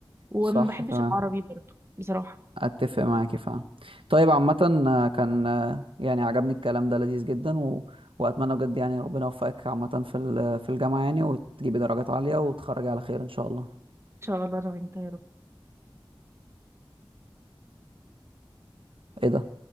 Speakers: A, on the right; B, on the right.
A: وما
B: صح
A: بحبش
B: تمام
A: العربي برضه بصراحه ان
B: أتفق معاكي فعلا طيب عامة آه، كان آه، يعني عجبني الكلام ده لذيذ جدا و... وأتمنى بجد يعني ربنا يوفقك عامة في ال... في الجامعة يعني وتجيبي درجات عالية وتخرجي على خير إن شاء الله
A: شاء الله انا وانت يا رب
B: إيه ده